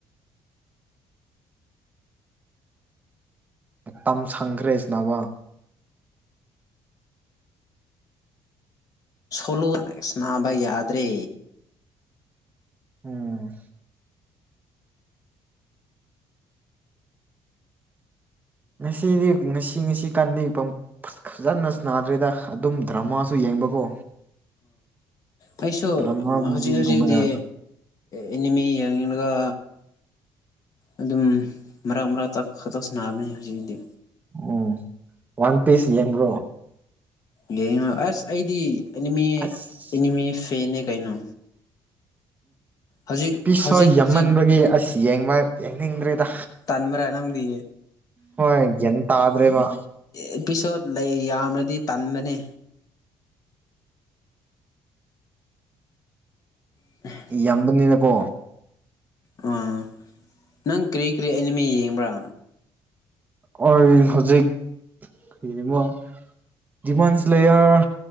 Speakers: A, on the right; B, on the left.
A: ꯃꯇꯝ ꯁꯪꯈ꯭ꯔꯦ ꯁꯥꯟꯅꯕ
B: ꯁꯣꯂꯣ ꯁꯥꯟꯅꯕ ꯌꯥꯗ꯭ꯔꯦ
A: ꯎꯝ ꯉꯁꯤꯗꯤ ꯉꯁꯤ ꯉꯁꯤ ꯀꯟꯅ ꯐꯖꯅ ꯁꯥꯟꯅꯗ꯭ꯔꯦꯗ ꯑꯗꯨꯝ ꯗ꯭ꯔꯃꯥꯁꯨ ꯌꯦꯡꯕꯀꯣ
B: ꯑꯩꯁꯨ
A: ꯗ꯭ꯔꯃꯥ ꯃꯨꯚꯤꯒꯨꯝꯕꯗ
B: ꯍꯧꯖꯤꯛ ꯍꯧꯖꯤꯛꯗꯤ ꯑꯦꯅꯤꯃꯤ ꯌꯦꯡꯂꯒ ꯑꯗꯨꯝ ꯃꯔꯛ ꯃꯔꯛꯇ ꯈꯛꯇ ꯁꯥꯟꯅꯕꯅꯦ ꯍꯧꯖꯤꯛꯇꯤ
A: ꯎꯝ ꯋꯥꯟ ꯄꯤꯁ ꯌꯦꯡꯕ꯭ꯔꯣ
B: ꯌꯦꯡꯉꯣ ꯑꯁ ꯑꯩꯗꯤ ꯑꯦꯅꯤꯃꯤ
A: ꯑꯁ
B: ꯑꯦꯅꯤꯃꯤ ꯐꯦꯟꯅꯦ ꯀꯩꯅꯣ ꯍꯧꯖꯤꯛ
A: ꯄꯤꯁ
B: ꯍꯧꯖꯤꯛ
A: ꯍꯣꯏ ꯌꯥꯝꯃꯟꯕꯒꯤ
B: ꯍꯧꯖꯤꯛ
A: ꯑꯁ ꯌꯦꯡꯕ ꯌꯦꯡꯅꯤꯡꯗ꯭ꯔꯦꯗ
B: ꯇꯟꯕ꯭ꯔꯥ ꯅꯪꯗꯤ
A: ꯍꯣꯏ ꯒꯌ꯭ꯥꯟ ꯇꯥꯗꯔ꯭ꯦ ꯕ
B: ꯑꯤꯄꯤꯁꯣꯠ ꯂꯩ ꯌꯥꯝꯅꯗꯤ ꯇꯟꯕꯅꯦ <unintelligible>
A: ꯌꯥꯝꯕꯅꯤꯅꯀꯣ
B: ꯑꯥ ꯅꯪ ꯀꯔꯤ ꯀꯔꯤ ꯑꯅꯤꯃꯤ ꯌꯦꯡꯕ꯭ꯔ
A: ꯑꯣꯏ ꯍꯧꯖꯤꯛ ꯌꯦꯡꯉꯣ ꯗꯤꯃꯟꯁ ꯂꯦꯌꯔ